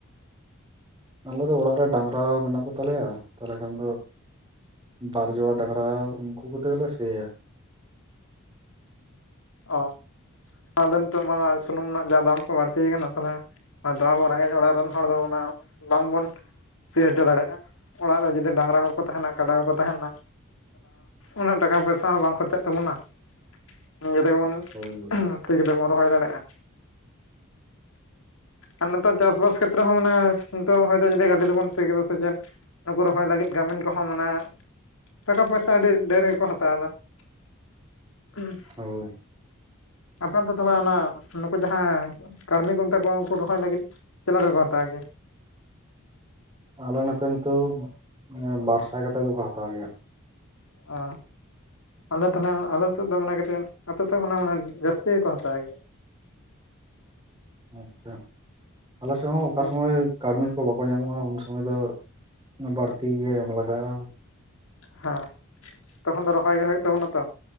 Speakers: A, on the right; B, on the left.
A: ᱟᱞᱮ ᱫᱚ ᱚᱲᱟᱜ ᱨᱮ ᱰᱟᱝᱨᱟ ᱢᱮᱱᱟᱜ ᱠᱚ ᱛᱟᱞᱮᱭᱟ ᱛᱟᱞᱦᱮ ᱠᱷᱟᱱ ᱫᱚ ᱵᱟᱨ ᱡᱚᱲᱟ ᱰᱟᱝᱨᱟ ᱩᱱᱠᱩ ᱠᱚᱛᱮ ᱜᱮᱞᱮ ᱥᱤᱭᱟ
B: ᱚ ᱟᱫᱚ ᱱᱤᱛᱚᱜ ᱢᱟ ᱥᱩᱱᱩᱢ ᱨᱮᱱᱟᱜ ᱡᱟ ᱫᱟᱢ ᱠᱚ ᱵᱟᱲᱛᱤᱭ ᱠᱟᱱᱟ ᱛᱟᱞᱦᱮ ᱟᱫᱚ ᱟᱵᱚ ᱨᱮᱸᱜᱮᱡ ᱚᱲᱟᱜ ᱨᱮᱱ ᱦᱚᱲ ᱫᱚ ᱚᱱᱟ ᱵᱟᱝ ᱵᱚᱱ ᱥᱤ ᱦᱚᱡᱚ ᱫᱟᱲᱮᱜ-ᱟ ᱚᱲᱟᱜ ᱨᱮ ᱡᱩᱫᱤ ᱰᱟᱝᱨᱟ ᱠᱚᱠᱚ ᱛᱟᱦᱮᱱᱟ ᱠᱟᱰᱟ ᱠᱚᱠᱚ ᱛᱟᱦᱮᱱᱟ ᱩᱱᱟᱹᱜ ᱴᱟᱠᱟ ᱯᱚᱭᱥᱟ ᱦᱚᱸ ᱵᱟᱝ ᱠᱷᱚᱨᱪᱟᱜ ᱛᱟᱵᱩᱱᱟ ᱤᱭᱟᱹ ᱛᱮᱜᱮ ᱵᱚᱱ
A: ᱦᱳᱭ ᱦᱳᱭ
B: ᱦᱩᱸ ᱥᱤ ᱠᱟᱛᱮᱜ ᱵᱚᱱ ᱨᱚᱦᱚᱭ ᱫᱟᱲᱮᱜ-ᱟ ᱟᱨ ᱱᱤᱛᱚᱜ ᱪᱟᱥ-ᱵᱟᱥ ᱠᱷᱮᱛᱨᱮ ᱦᱚᱸ ᱚᱱᱟ ᱱᱤᱛᱚᱜ ᱦᱚᱭ ᱛᱚ ᱡᱩᱫᱤ ᱜᱟᱰᱤ ᱛᱮᱵᱚᱱ ᱥᱤ ᱠᱮᱫᱟ ᱥᱮ ᱪᱮᱫ ᱱᱩᱠᱩ ᱨᱚᱦᱚᱭ ᱞᱟᱹᱜᱤᱫ ᱠᱟᱢᱤᱱ ᱠᱚ ᱦᱚᱸ ᱢᱟᱱᱮ ᱴᱟᱠᱟ ᱯᱚᱭᱥᱟ ᱟᱹᱰᱤ ᱰᱷᱮᱨ ᱜᱮ ᱠᱚ ᱦᱟᱛᱟᱣ ᱫᱟ <unintelligible>
A: ᱦᱳᱭ
B: ᱟᱯᱮ ᱚᱱᱛᱮ ᱛᱟᱞᱦᱮ ᱚᱱᱟ ᱱᱩᱠᱩ ᱡᱟᱦᱟᱸ ᱠᱟᱹᱲᱢᱤ ᱠᱚ ᱢᱮᱛᱟ ᱠᱚᱣᱟ ᱩᱱᱠᱩ ᱨᱚᱦᱚᱭ ᱞᱟᱹᱜᱤᱫ ᱪᱮᱫ ᱞᱮᱠᱟ ᱠᱚ ᱦᱟᱛᱟᱣ ᱜᱮᱭᱟ
A: ᱟᱞᱮ ᱱᱚᱛᱮ ᱱᱤᱛᱚᱜ ᱵᱟᱨ ᱥᱟᱭ ᱠᱟᱛᱮᱫ ᱫᱚ ᱠᱚ ᱦᱟᱛᱟᱣ ᱜᱮᱭᱟ
B: ᱚ ᱟᱞᱮ ᱛᱟᱞᱦᱮ ᱦᱚᱸ ᱟᱞᱮ ᱥᱮᱫ ᱫᱚ ᱢᱟᱱᱮ ᱠᱟᱹᱴᱤᱡ ᱟᱯᱮ ᱥᱮᱫ ᱠᱷᱚᱱᱟᱜ ᱢᱟᱱᱮ ᱡᱟᱹᱥᱛᱤ ᱜᱮᱠᱚ ᱦᱟᱛᱟᱣ ᱜᱮᱭᱟ
A: ᱟᱪᱪᱷᱟ ᱟᱞᱮ ᱥᱮᱫ ᱦᱚᱸ ᱚᱠᱟ
B: ᱦᱮᱸ
A: ᱥᱚᱢᱚᱭ ᱠᱟᱹᱨᱢᱤ ᱠᱚ ᱵᱟᱠᱚ ᱧᱟᱢᱚᱜ-ᱟ ᱩᱱ ᱥᱚᱢᱚᱭ ᱫᱚ ᱵᱟᱹᱲᱛᱤ ᱜᱮ ᱮᱢ ᱞᱟᱜᱟ-ᱟ
B: ᱦᱮᱸ ᱛᱚᱠᱷᱚᱱ ᱫᱚ ᱨᱚᱦᱚᱭ ᱜᱮ ᱦᱩᱭᱩᱜ ᱛᱟᱵᱚᱱᱟ ᱛᱚ